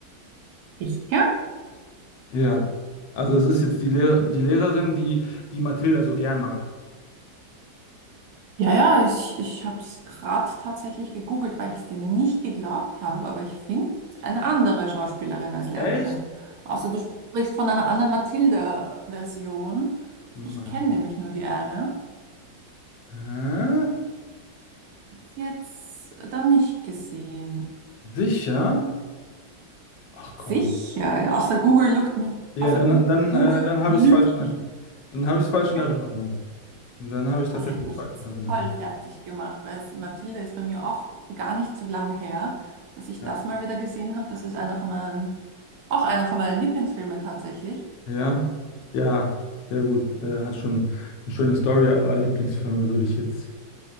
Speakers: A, on the right; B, on the left.
A: Sicher?
B: Ja. Also das ist jetzt die Lehr die Lehrerin, die, die Mathilda so gern mag.
A: Ja, ja, ich, ich habe es gerade tatsächlich gegoogelt, weil ich es dir nicht geglaubt habe, aber ich finde eine andere Schauspielerin als Lehrerin.
B: Echt?
A: Außer du sprichst von einer anderen Mathilda-Version.
B: Matt.
A: Ich kenne nämlich nur die eine.
B: Hä?
A: Ist Jetzt dann nicht gesehen.
B: Sicher? Ach
A: Sicher,
B: komm.
A: ja, außer Google lügt mich,
B: Ja,
A: außer
B: dann,
A: Gu-
B: dann,
A: Google
B: äh, dann habe
A: lügt
B: ich es falsch in,
A: mich.
B: dann habe ich falsch in
A: <laughs>
B: Erinnerung. Dann habe ich tatsächlich
A: Das hätte mich
B: falsch
A: jetzt
B: in Erinnerung.
A: voll fertig gemacht, weil es, Mathilde ist bei mir auch gar nicht so lang her, dass ich
B: Ja.
A: das mal wieder gesehen habe. Das ist einer von meinen, auch einer von meinen Lieblingsfilmen tatsächlich.
B: Ja, ja, ja gut. Äh, hat schon eine schöne Story, aber Lieblingsfilme würde ich jetzt.